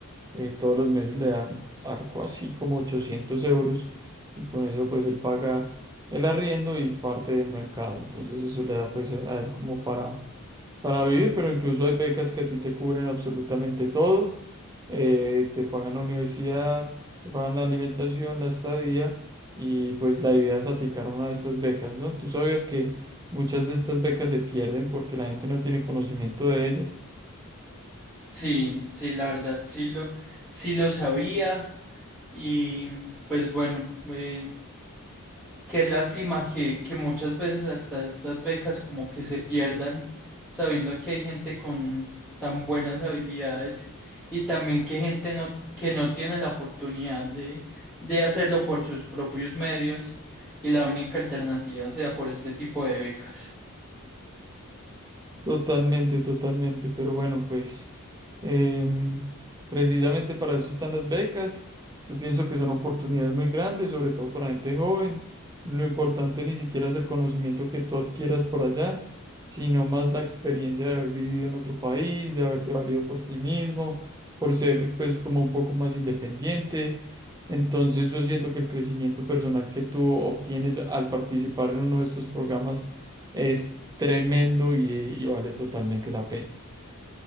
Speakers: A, on the right (about 15°); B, in the centre.
A: eh, todos los meses le dan algo así como 800 euros, y con eso pues él paga el arriendo y parte del mercado. Entonces eso le da pues a él como para para vivir, pero incluso hay becas que a ti te cubren absolutamente todo. eh, te pagan la universidad, te pagan la alimentación, la estadía y pues la idea es aplicar a una de estas becas, ¿no? Tú sabías que muchas de estas becas se pierden porque la gente no tiene conocimiento de ellas.
B: Sí, sí, la verdad sí lo, sí lo sabía y pues bueno, eh, Qué lástima que, que muchas veces hasta estas becas como que se pierdan, sabiendo que hay gente con tan buenas habilidades y también que gente no, que no tiene la oportunidad de, de hacerlo por sus propios medios y la única alternativa sea por este tipo de becas.
A: Totalmente, totalmente, pero bueno, pues em, precisamente para eso están las becas. Yo pienso que son oportunidades muy grandes, sobre todo para gente joven. Lo importante ni siquiera es el conocimiento que tú adquieras por allá, sino más la experiencia de haber vivido en otro país, de haberte valido por ti mismo, por ser pues como un poco más independiente. Entonces yo siento que el crecimiento personal que tú obtienes al participar en uno de estos programas es tremendo y, y vale totalmente la pena.